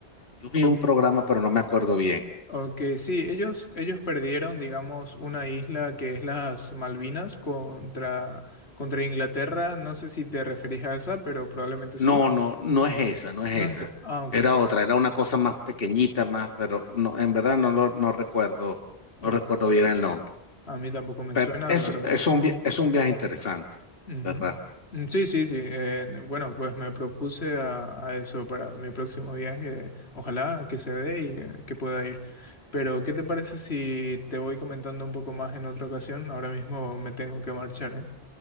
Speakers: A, on the left (about 65°); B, on the left (about 85°).
A: Yo vi
B: O-
A: un programa, pero no me acuerdo bien.
B: Ok, sí, ellos, ellos perdieron, digamos, una isla que es las Malvinas contra, contra Inglaterra. No sé si te referís a esa, pero probablemente sí.
A: No, no, no es esa, no es
B: No
A: esa.
B: es esa. Ah, ok.
A: Era otra, era una cosa más pequeñita, más, pero no, en verdad no lo, no recuerdo,
B: ok.
A: no recuerdo bien el nombre.
B: A mí tampoco me
A: Pero
B: suena,
A: eso
B: la verdad.
A: es un, via- es un viaje interesante,
B: Ujú.
A: ¿verdad?
B: Mm, Sí, sí, sí. eh, bueno, pues me propuse a, a eso para mi próximo viaje. Ojalá que se dé y eh, que pueda ir. Pero, ¿qué te parece si te voy comentando un poco más en otra ocasión? Ahora mismo me tengo que marchar, ¿eh?